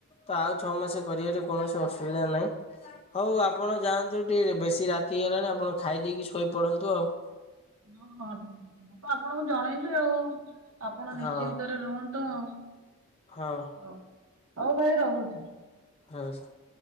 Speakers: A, on the left; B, on the right.
A: ତ ଆଉ ଛଅ ମାସ କରିବାରେ କୌଣସି ଅସୁବିଧା ନାହିଁ। ହଉ ଆପଣ ଯାଆନ୍ତୁ ଟିକେ ବେଶୀ ରାତି ହେଲାଣି ଆପଣ ଖାଇ ଦେଇକି ଶୋଇପଡନ୍ତୁ ଆଉ
B: ହଁ ହଁ ଠିକ ଅଛି ମୁଁ ତ ଆପଣଙ୍କୁ ଜଣେଇବି ଆଉ ଆପଣ ନିଶ୍ଚିନ୍ତରେ
A: ହଁ
B: ରୁହନ୍ତୁ ଆଉ,
A: ହଁ
B: ହ ହଉ ଭାଇ ରହୁଛି।
A: <unintelligible>